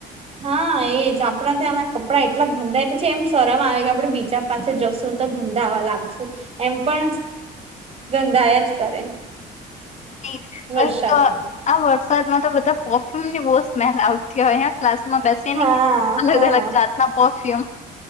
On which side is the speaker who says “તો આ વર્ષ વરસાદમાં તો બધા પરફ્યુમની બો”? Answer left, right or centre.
Left